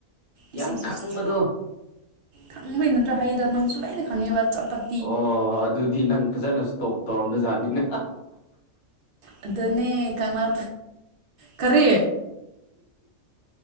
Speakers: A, on the right; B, on the left.
A: ꯏꯁ
B: ꯌꯥꯝ
A: ꯏꯁ
B: ꯈꯪꯕꯗꯣ
A: ꯏꯁ ꯈꯪꯕꯩ ꯅꯠꯇ꯭ꯔꯥ ꯍꯗꯣ ꯅꯪꯁꯨ ꯂꯣꯏꯅ ꯈꯪꯉꯦꯕ ꯆꯞꯄꯠ
B: ꯑꯣ ꯑꯗꯨꯗꯤ ꯅꯪ ꯐꯖꯅ ꯁꯇꯣꯛ ꯇꯧꯔꯝꯕ ꯖꯠꯅꯤꯅꯦ
A: ꯑꯗꯨꯅꯦ ꯀꯪꯂꯥ ꯀꯔꯤ